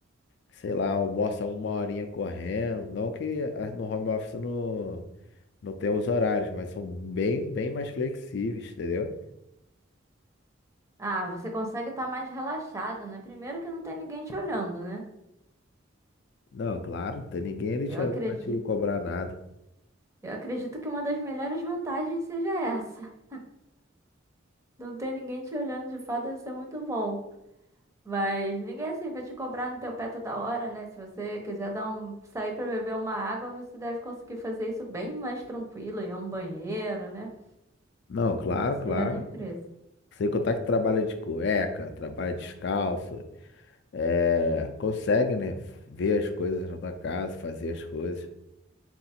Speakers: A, on the left; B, on the right.
A: sei lá, almoça uma horinha correndo. Não que ah, no home office não, não tem os horários, mas são bem, bem mais flexíveis, entendeu?
B: Ah, você consegue estar mais relaxado, né? Primeiro que não tem ninguém te olhando, né?
A: Não, claro, não tem ninguém ali te-
B: Eu acredito,
A: pra te cobrar nada.
B: eu acredito que uma das melhores vantagens seja essa. Não ter ninguém te olhando de fato deve ser muito bom. Mas ninguém é assim vai te cobrar no teu pé toda hora, né? Se você quiser dar um, sair pra beber uma água, você deve conseguir fazer isso bem mais tranquilo, ir a um banheiro, né?
A: Não, claro,
B: Do que seria
A: claro.
B: na empresa.
A: Sem contar que trabalha de cueca, trabalha descalço. É, consegue, né? Ver as coisas na tua casa, fazer as coisas.